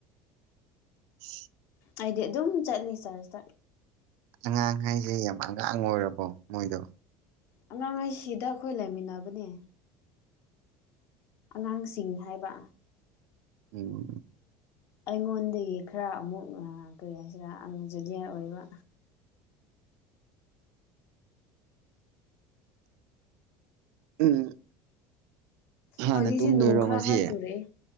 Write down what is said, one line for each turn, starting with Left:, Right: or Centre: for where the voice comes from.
Right: ꯎ꯫
Left: ꯍꯥꯏꯗꯤ ꯑꯗꯨꯝ ꯆꯠꯂꯤ ꯆꯔꯁꯇ꯫
Right: ꯑꯉꯥꯡ ꯍꯥꯏꯁꯦ ꯌꯥꯝ ꯑꯉꯥꯡ ꯑꯣꯏꯔꯕꯣ ꯃꯣꯏꯗꯣ
Left: ꯑꯉꯥꯡꯍꯩꯁꯤꯗ ꯑꯩꯈꯣꯏ ꯂꯩꯃꯤꯟꯅꯕꯅꯦ꯫ ꯑꯉꯥꯡꯁꯤꯡ ꯍꯥꯏꯕ꯫
Right: ꯎꯝ
Left: ꯑꯩꯉꯣꯟꯗꯒꯤ ꯈꯔ ꯑꯃꯨꯛ ꯀꯔꯤ ꯍꯥꯏꯁꯤꯔꯥ ꯑ ꯖꯨꯅꯤꯌꯔ ꯑꯣꯏꯕ
Right: ꯎꯝ ꯍꯥꯟꯅ
Left: ꯍꯧꯖꯤꯛꯁꯦ
Right: ꯇꯨꯝꯗꯣꯏꯔꯣ
Left: ꯅꯣꯡꯈ꯭ꯔ
Right: ꯉꯁꯤ
Left: ꯈꯔ ꯆꯨꯔꯑꯦ